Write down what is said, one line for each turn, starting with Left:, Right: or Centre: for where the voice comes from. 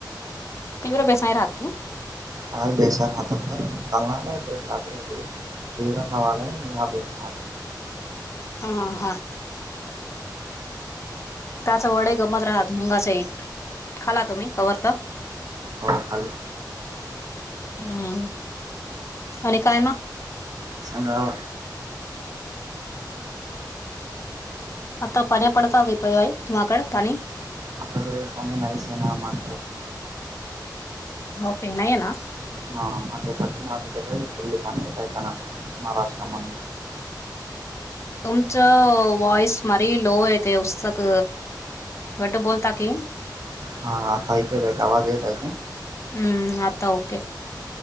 Left: तीव्र बेस नाही राात की
Right: का बेशर हातात प कालना नाही बश ह घ तवरा हवा आहे यहा बेच राहाात
Left: हा हा त्याचा वडे गमत राहात मुंगाचे एक खाला तुम्ही खबर तर
Right: हो खाली
Left: ह आणि काय मग
Right: चांगल
Left: आता पानी पडताातिय तुम्हाकड पानी
Right: अससल कमीे नाहीसे ना आमार
Left: ओके नाही आहे ना
Right: ह आता कठीण आ असते का फुल्ले पाणी पय पना महाराष्ट्र म्हण
Left: तुमचं वॉइस मारी लो येते उस्तक वटं बोलता की
Right: हा ताय काय आवाज य त आहे का
Left: हम्म आता ओके